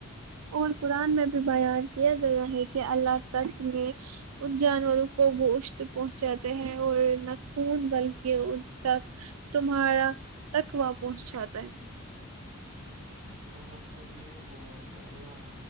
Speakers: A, on the right (about 85°); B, on the right (about 25°).
A: اور قرآن میں بھی بیان کیا گیا ہے کہ اللہ تک میں ان جانوروں کو وہ اشت پہنچاتے ہیں اور نہ خون بلکہ اس تک تم تارا تکوا پہنچ جاتا ہے
B: اس کا مطلب یہ ہوا کہ اللہ